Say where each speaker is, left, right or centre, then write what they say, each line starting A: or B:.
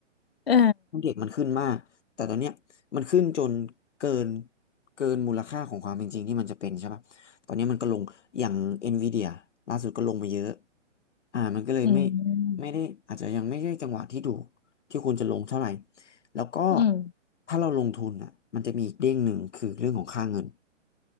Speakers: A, on the left (about 50°); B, on the left (about 70°).
A: เออ
B: หุ้นเทคมันขึ้นมากแต่ตอนเนี้ยมันขึ้นจนเกินเกินมูลค่าของความเป็นจริงที่มันจะเป็นใช่ปะตอนนี้มันก็ลงอย่างเอ็นวีเดียล่าสุดก็ลงมาเยอะอ่ามันก็เลยไม่
A: อืม
B: ไม่ได้อาจจะยังไม่ใช่จังหวะที่ถูกที่ควรจะลงเท่าไหร่แล้วก็
A: อืมอืม
B: ถ้าเราลงทุนอ่ะมันจะมีอีกเด้งหนึ่งคือเรื่องของค่าเงิน